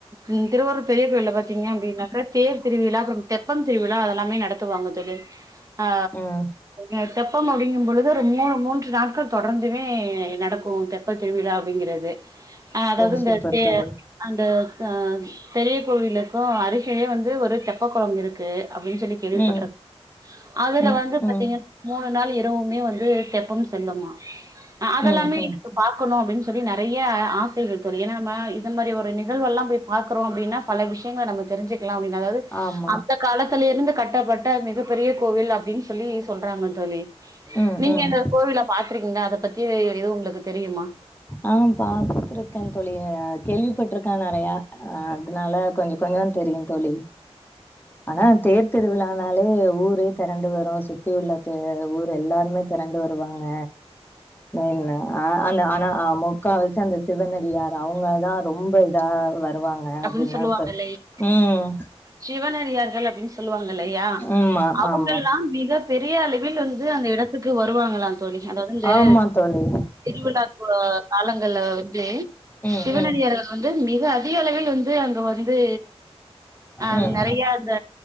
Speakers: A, on the right; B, on the left.
A: ம் திருவாரூர் பெரிய கோயில்ல பாத்திங்க அப்டின்னாக்கா தேர் திருவிழா அப்றோ தெப்பம் திருவிழா அதெல்லாமே நடத்துவாங்க தோழி அ
B: ம்
A: எ தெப்பம் அப்படிங்கும் பொழுது ஒரு மூணு மூன்று நாட்கள் தொடர்ந்துமே நடக்கு தெப்ப திருவிழா அப்டிங்கிறது அ அதாவ்து
B: ஓ
A: இந்த
B: சூப்பர்
A: தெ
B: தோழி
A: அந்த அ பெரிய கோவிலுக்கு அருகிலே வந்து ஒரு தெப்ப கொளோ இருக்கு அப்டின் சொல்லி கேள்விப்பட்ருக்
B: ம்
A: அதுல
B: ம்
A: வந்து பாத்திங்க
B: ம்
A: மூணு நாள் இரவுமே வந்து தெப்பம் செல்லுமா அதெல்லாமே
B: ம் ம்
A: பாக்கணு அப்டின் சொல்லி நறைய ஆசைகள் தோழி ஏன்னா நம்ம இந்த மாரி ஒரு நிகழ்வெல்லா போய் பாக்குறோ அப்டின்னா பல விஷயங்கள நம்ம தெரிஞ்சிக்லா அப்டின் அதாது
B: ஆமா
A: அந்த காலத்துல இருந்து கய்டப்பட்ட மிகப்பெரிய கோவில் அப்டின் சொல்லி சொல்றாங்க தோழி
B: ம்
A: நீங்க
B: ம்
A: இந்த கோவில பாத்துருகீங்ளா அத பத்தி எது உங்ளுக்கு தெரியுமா
B: ஆ பாத்திருக்கே தோழி கேள்விப்பட்ருக்கே நறையா அதனால கொஞ்சோ கொஞ்சோ தெரியு தோழி ஆனா தேர் திருவிழானாலே ஊரே தெரண்டு வரு சுத்தி உள்ள தே ஊர் எல்லாருமே திரண்டு வருவாங்க மெய்ன் ஆ அந்த ஆனா அ முக்கா வாசி அந்த சிவனடியார் அவங்க தா ரொம்ப இதா வ ருவாங்க
A: அப்டின்னு
B: அப்டின்ல்லா
A: சொல்லுவாங்க
B: சொ
A: இல்லையா
B: ம்
A: சிவனடியார்கள் அப்டின் சொல்லுவாங்க இல்லையா
B: ஆமா
A: அவங்கல்லா
B: ஆமா
A: மிக பெரிய அளவிலிந்து அந்த இடத்துக்கு வருவாங்களா தோழி அங்கருந்து
B: ஆமா தோழி
A: திருவிழாக் கோ காலங்கள்ல வந்து
B: ம்
A: சிவனடியார்கள்
B: ம்
A: வந்து மிக அதிக அளவில் வந்து அங்க வந்து அ
B: ம்
A: நெறைய அந்த